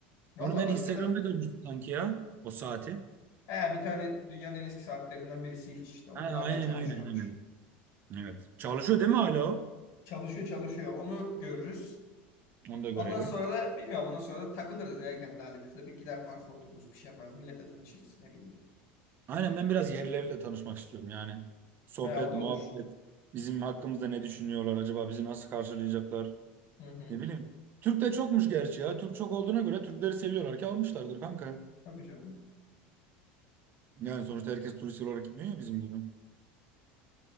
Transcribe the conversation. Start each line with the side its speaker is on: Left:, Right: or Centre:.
Left: Valla
Right: Onu ben
Left: başka
Right: Instagram'da
Left: da
Right: görmüştüm sanki ya. O saati.
Left: he, bir tane dünyanın en eski saatlerinden birisiymiş işte o
Right: Ha,
Left: hala
Right: aynen
Left: çalışıyormuş.
Right: aynen aynen. Evet. Çalışıyor değil mi hala o?
Left: Çalışıyor çalışıyor onu görürüz.
Right: Onu da görelim.
Left: Ondan sonra da bilmiyorum ondan sonra da takılırız ya kendi halimizde. Bir gider parka otururuz bir şey yaparız milletle tanışırız ne bileyim.
Right: Aynen ben biraz yerlilerle tanışmak istiyorum yani. Sohbet,
Left: He, o da
Right: muhabbet,
Left: olur.
Right: bizim hakkımızda ne düşünüyorlar acaba, bizi nasıl karşılayacaklar
Left: Hı hı.
Right: ne bileyim. Türk de çokmuş gerçi ya. Türk çok olduğuna göre Türkleri seviyorlar ki almışlardır kanka.
Left: Tabii canım.
Right: Yani sonuçta herkes turist olarak gitmiyor ya bizim gibi.